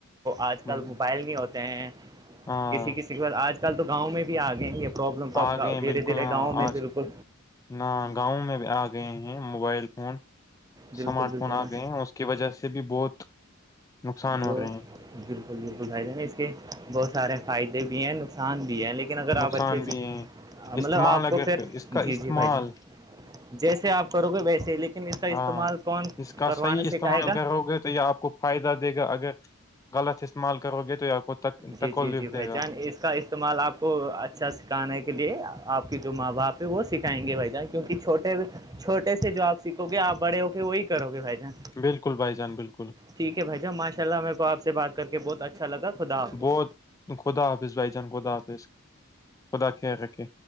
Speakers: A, on the right; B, on the left.
A: آج
B: ہاں
A: کل موبائل نہیں ہوتے ہیں
B: آ
A: کسی کسی کے ب آج کل تو گاؤں میں بھی آ گئے ہی پروابلم تو
B: آ
A: گؤ
B: گئے ہیں
A: دھیرے
B: بالکل
A: دھیرے
B: ہاں،
A: گاؤں میں
B: آج
A: بالکل
B: نہ گاؤں میں بھی آ گئے ہیں موبائل فون
A: بالکل
B: اسمارٹ
A: بالکل
B: فون آ گئے ہیں اس کی وجہ سے بھی بہت نقصان
A: جو
B: ہو رہے ہیں
A: بالکل بالکل بھائی جہ اس کے بہت سارے فائدے بھی ہیں نقصان بھی ہے لیکن اگر
B: نقصان
A: آپ اچھی
B: بھی ہیں
A: مطلب
B: استعمال
A: آپ
B: اگر
A: کو پھر
B: اس
A: جی
B: کا استعمال
A: جی بھائی ج جیسے آپ کرو گے ویسے ہی لیکن اس کا
B: ہاں
A: استعمال کون
B: اس کا
A: کروانا
B: صحیح استعمال
A: سکھائے
B: ا
A: گا
B: کرو گے تو یا آپ کو فائدہ دے گا اگر غلط استعمال کرو گے تو یا کو تک
A: جی
B: تکلیف
A: جی جی بھائی
B: دے گا
A: جان اس کا استعمال آپ کو اچھا سکھانے کے لیے آپ کی جو ماں باپ ہے وہ سکھائیں گے بھائی جان کیونکہ چھوٹے چھوٹے سے جو آپ سیکھو گے آپ بڑے ہوگے وہی کرو گے بھائی جان
B: بالکل بھائی جان بالکل
A: ٹھیک ہے بھائیا ماشاء اللہ میرے آپ سے بات کر کے بہت اچھا لگا خدا حافظ
B: بہت خدا حافظ بھائی جان خدا حافظ خدا کہ رکھے